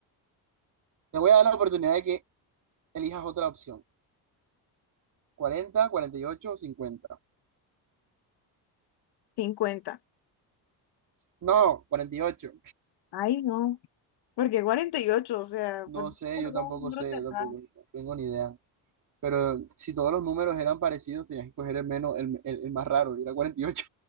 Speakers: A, on the right; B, on the left.
A: Te voy a dar la oportunidad de que elijas otra opción. cuarenta cuarenta y ocho o cincuenta
B: cincuenta
A: No, cuarenta y ocho
B: Ay, no. Porque cuarenta y ocho o sea,
A: No
B: ¿por qué
A: sé,
B: colocar
A: yo tampoco
B: un número
A: sé,
B: cerrado?
A: yo tampoco tengo ni idea. Pero si todos los números eran parecidos, tenías que coger el menos, el, el- el más raro, y era 48.